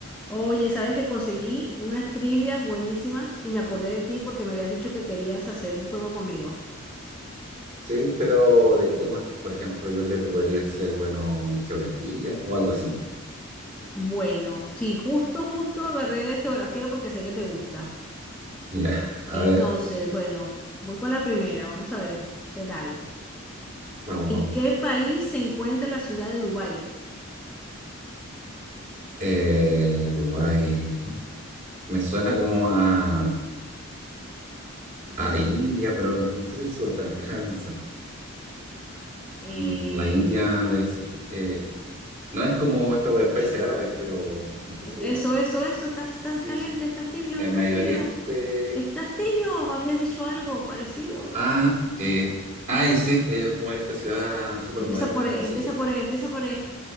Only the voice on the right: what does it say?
Sí, pero ¿de qué tema? Por ejemplo, yo creo que podría ser, bueno, geografía o algo así. <laughs>
Ya, a
ver,
vamos,
vamos.
Eh, Dubái. Me suena como a, a India, pero no no estoy seguro. Espera, déjame pensar.
Mm, La India debe ser. eh, no es como estos países árabes, pero no estoy seguro.
Sí,
sí.
En
Medio
Oriente.
Ah, eh, ah, ya sé, es como esta ciudad súper
moderna,
así
que